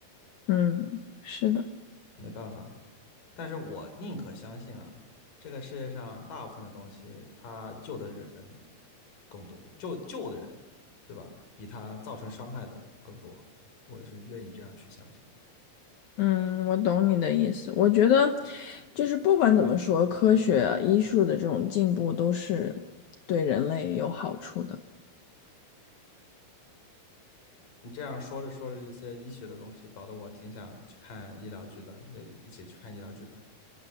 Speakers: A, on the left; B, on the left.
A: 嗯，是的，
B: 没办法。但是我宁可相信啊，这个世界上大部分的东西，它救的人更多，救救的人，对吧？比他造成伤害的更多，我是愿意这样去相信的。
A: 嗯，我懂你的意思。我觉得就是不管怎么说，科学啊、医术的这种进步都是对人类有好处的。
B: 你这样说着说着这些医学的东西，搞得我挺想去看医疗剧的，也一起去看医疗剧吧。